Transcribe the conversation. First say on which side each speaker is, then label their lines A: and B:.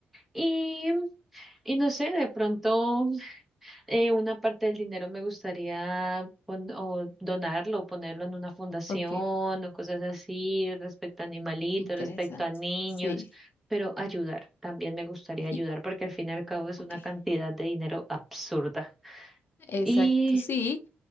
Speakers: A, in the centre; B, on the left (about 55°).
A: y, y no sé, de pronto eh, una parte del dinero me gustaría pon- o donarlo, o ponerlo en una fundación
B: Ok,
A: o cosas así respecto a animalitos,
B: interesante.
A: respecto a niños,
B: Sí.
A: pero ayudar, también me gustaría ayudar
B: y-
A: porque al fin y al cabo es
B: ok.
A: una cantidad de dinero absurda.
B: Exacto,
A: Y,
B: sí.